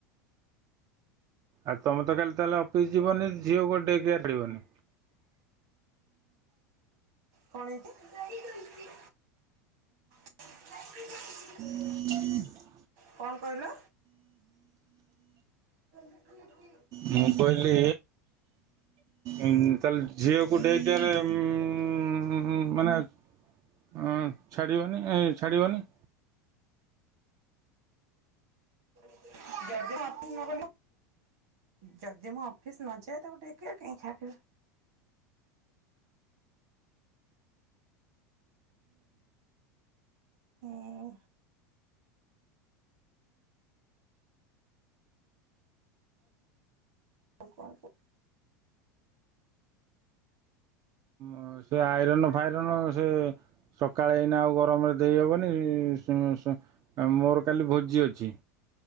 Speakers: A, on the right (about 40°); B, on the right (about 60°).
A: ଆଉ ତମେ ତ କାଲି ତାହେଲେ ଅଫିସ୍ ଯିବନି ଝିଅକୁ ଡେରିରେ ଆଣିବନି।
B: କଣ ହେଇଛି <inaudible> <unintelligible>
A: <unintelligible>
B: କଣ କହିଲ? <unintelligible>
A: ମୁଁ କହିଲି ଉ ତାହଲେ ଝିଅକୁ ଡେରିଟରେ ଉଁ <unintelligible> ହଁ ମାନେ ଅ ଛାଡ଼ିବନି ଏ ଛାଡ଼ିବନି
B: <unintelligible> ଯଦି ମୁଁ ଅଫିସ ନଯାଏ ତାକୁ ଗୋଟେ ଏକେଲା କାହିଁ ଛାଡ଼ିବି। ହୁଁ ଆଉ କଣ କୁହ
A: ହ ସେ ଆଇରନ୍ ଫାଇରନ୍ ସେ ସକାଳେ ଏଇନା ଆଉ ଗରମରେ ଦେଇହେବନି ସୁ ଶୁ ମୋର କାଲି ଭୋଜି ଅଛି।